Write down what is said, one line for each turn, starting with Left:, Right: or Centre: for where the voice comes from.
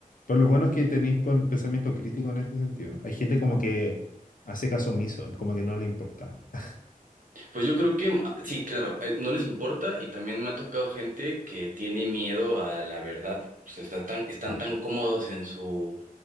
Left: Pero lo bueno es que tenéis pues, pensamiento crítico en este sentido. Hay gente como que hace caso omiso, como que no le importa. <laughs>
Right: Pues yo creo que ah, sí, claro, eh, no les importa y también me ha tocado gente que tiene miedo a la verdad. O sea, está tan, están
Left: Ah.
Right: tan cómodos en su,